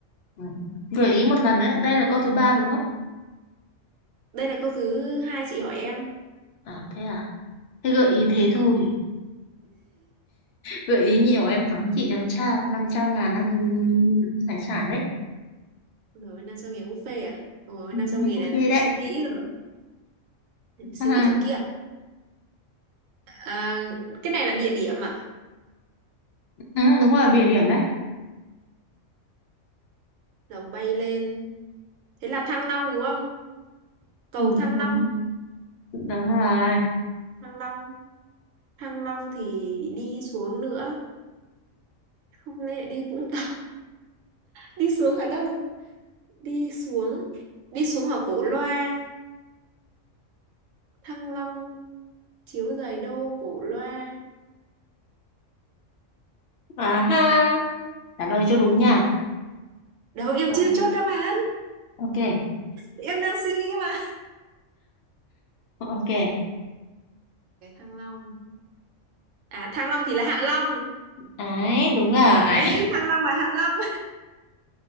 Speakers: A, on the left; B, on the right.
A: ừ. gợi ý một lần nữa đây là câu thứ ba đúng không
B: đây là câu thứ hai chị hỏi em
A: à thế à thế gợi ý thế thôi gợi ý nhiều em thắng chị em trao năm trăm ngàn ăn hải sản đấy
B: rồi năm trăm nghìn buffet à rồi năm trăm
A: không
B: nghìn
A: buffet
B: này là phải
A: đấy
B: suy nghĩ rồi phải suy
A: à,
B: nghĩ cho kia à, À, cái này là địa điểm à
A: ừ, đúng rồi địa điểm đấy
B: rồng bay lên thế là Thăng Long đúng không cầu
A: ừ,
B: Thăng Long
A: đúng đúng rồi
B: Thăng Long Thăng Long thì đi xuống nữa không lẽ đi Vũng Tàu đi xuống ở đâu đi xuống đi xuống ở Cổ Loa Thăng Long chiếu giày đô Cổ Loa
A: à ha trả lời cho đúng nha
B: đâu em
A: đúng.
B: chưa chốt đáp án
A: ok
B: em đang suy nghĩ mà
A: ok
B: cái Thăng Long à Thăng Long thì là Hạ Long
A: ấy đúng rồi
B: đấy Thăng Long là Hạ Long